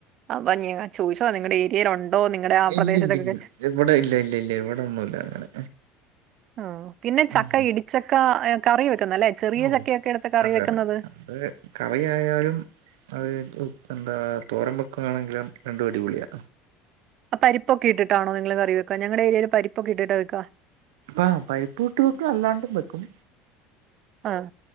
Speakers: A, on the right; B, on the right.
A: അവഞ്ഞങ്ങാൻ ചോദിച്ചു നിങ്ങളുടെ ഏരിയൽ ഉണ്ടോ നിങ്ങളുടെ ആ പ്രദേശത്തൊക്കെ
B: ഇല്ല ഇല്ല ഇല്ല ഇവിടെ ഇല്ല ഇല്ല ഇല്ല ഇവിടെ ഒന്നുംല്ല അങ്ങനെ
A: ഓഹ്. പിന്നെ ചക്ക
B: ഉം.
A: ഇടിച്ചക്കാ ഏഹ് കറി വെക്കുന്നല്ലെ. ചെറിയ
B: ഓ
A: ചക്കയൊക്കെ എട്ത്ത് കറി
B: അതെ
A: വെക്ക്ന്നത്.
B: അതെ അത് കറിയായാലും അത് എന്താ തോരം വെക്കുന്നാണെങ്കിലും രണ്ടും അടിപൊളിയാ.
A: പരിപ്പൊക്കെ ഇട്ടിട്ടാണൊ നിങ്ങള് കറിവെക്കാ. ഞങ്ങടെ ഏരിയേല് പരിപ്പൊക്കെ ഇട്ടിട്ടാ വെക്കാ.
B: ആഹ്. പരിപ്പും ഇട്ട് വെക്കും. അല്ലാണ്ടിം വെക്കും.
A: ആഹ്